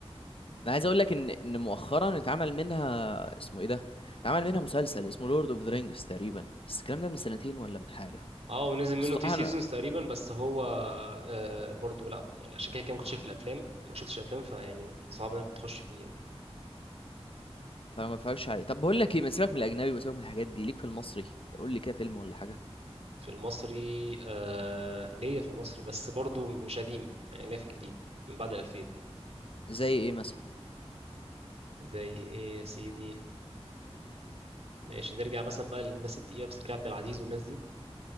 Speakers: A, on the left (about 55°); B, on the right (about 70°).
A: انا عايز اقول لك ان ان مؤخرا اتعمل منها اسمه ايه ده اتعمل منها مسلسل اسمه لورد اوف ذا رينجز تقريبا بس الكلام ده من سنتين ولا من حاجه
B: اه ونزل منه
A: بس بصراحه
B: تي سيزونز
A: انا
B: تقريبا بس هو آه برضه لا يعني عشان كده كده ما كنتش شايف الافلام ما شفتش افلام فيعني صعب ان انا كنت اخش فيه يعني.
A: فما اتفرجش عليه طب بقول لك ايه ما سيبك من الاجنبي وسيبك من الحاجات دي ليك في المصري قول لي كده فيلم ولا حاجه
B: في المصري آه ليا في المصري بس برضه مش قديم يعني ليا في الجديد من بعد ال 2000
A: زي ايه مثلا
B: زي ايه يا سيدي ماشي نرجع مثلا بقى للناس التقيله مثلا كريم عبد العزيز والناس دي